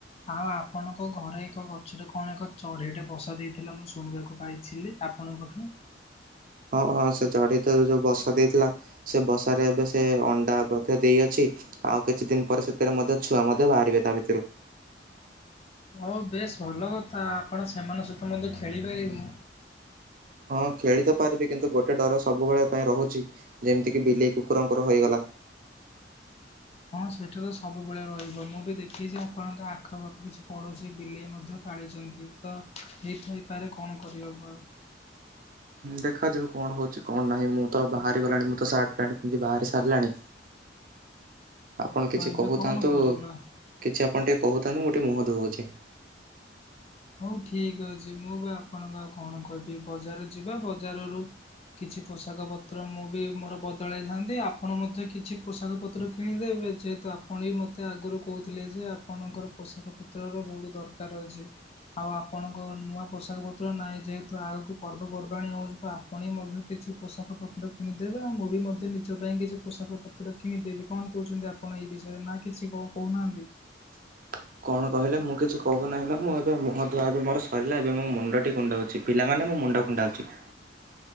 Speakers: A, on the left; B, on the right.
A: ହଁ ଆପଣଙ୍କ ଘରେ ଏକ ଗଛରେ କଣ ଏକ ଚଢେଇଟେ ବସା ଦେଇଥିଲା ମୁଁ ଶୁଣିବାକୁ ପାଇଥିଲି। ଆପଣଙ୍କଠୁ
B: <inaudible> ହଁଁ ସେ ଚଢ଼େଇ ଯୋଉଁ ବସା ଦେଇଥିଲା ସେ ବସାରେ ଏବେ ସେ ଅଣ୍ଡା ଦେଇଅଛି। ଆଉ କିଛି ଦିନ ପରେ ସେଥିରେ ମଧ୍ୟ ଛୁଆ ମଧ୍ୟ ବାହାରିବେ ତା ଭିତରୁ
A: ହଉ ବେଶ ଭଲ କଥା ଆପଣ ସେମାନଙ୍କ ସହିତ ମଧ୍ୟ ଖେଳିପାରିବେ।
B: ହଁ ଖେଳି ତ ପାରିବି କିନ୍ତୁ ଗୋଟେ ଡର ସବୁବେଳେ ପାଇଁ ରହୁଛି ଯେମିତି କି ବିଲେଇ କୁକୁରଙ୍କର ହେଇଗଲା। <inaudible>
A: ହଁ ସେଠା ତ ସବୁବେଳେ ରହିବ ମୁଁ ବି ଦେଖିଛି ଆପଣଙ୍କ ଆଖପାଖ କିଛି ପଡୋଶୀ ବିଲେଇ ମଧ୍ୟ ପାଳିଛି। ଯେମିତି ତ ହେଇଥାଇପାରେ କଣ କରିବ।
B: ଦେଖାଯାଉୁ କଣ ହଉଛି କଣ ନାହିଁ ମୁଁ ତ ବାହାରି ଗଲାଣି ମୁଁ ତ ସାର୍ଟ ପ୍ୟାଣ୍ଟ ପିନ୍ଧି ବାହାରି ସାରିଲିଣି। ଆପଣ
A: ତ
B: କିଛି
A: ଏବେ
B: କହୁଥାନ୍ତୁ
A: କଣ କରିବା
B: କିଛି ଆପଣ ଟିକେ କହୁଥାନ୍ତୁ ଗୋଟେ ମୁହଁ ଧୋଇ ହେଉଚି।
A: ହଉ ଠିକ ଅଛି ମୁଁ ବା ଆପଣଙ୍କୁ ଆଉ କଣ କହିବି ବଜାର ଯିବା ବଜାରରୁ କିଛି ପୋଷାକ ପତ୍ର ମୁଁ ବି ମୋର ବଦଳାଇଥାନ୍ତି ଆପଣ ମଧ୍ୟ କିଛି ପୋଷାକ ପତ୍ର କିଣିଦେବେ? ଏ ଯେହେତୁ ଆପଣ ବି ମୋତେ ଆଗରୁ କହୁଥିଲେ ଯେ ଆପଣଙ୍କର ପୋଷାକ ପତ୍ରର ବହୁତ ଦରକାର ଅଛି। ଆଉ ଆପଣଙ୍କ ନୂଆ ପୋଷାକ ପତ୍ର ନାହିଁ ଯେହେତୁ ଆଗକୁ ପର୍ବପର୍ବାଣି ହଉଛି ତ ଆପଣ ମଧ୍ୟ କିଛି ପୋଷାକ ପତ୍ର କିଣିଦେବେ ଆଉ ମୁଁ ବି ମଧ୍ୟ ନିଜ ପାଇଁ କିଛି ପୋଷାକ ପତ୍ର କିଣିଦେବି କଣ କହୁଛନ୍ତି ଆପଣ ଏଇ ବିଷୟରେ ନା କିଛି କଣ କହୁନାହାନ୍ତି?
B: <inaudible> କଣ କହିଲେ ମୁଁ କିଛି କହୁ ନାହିଁ ମାନେ ମୁଁ ଏବେ ମୁହଁ ଧୂଆଁ ମୋର ସରିଲା ଏବେ ମୋ ମୁଣ୍ଡ ଟି କୁଣ୍ଡଉଛି ପିଲାମାନେ ମୁଁ ମୁଣ୍ଡ କୁଣ୍ଡାଉଛି।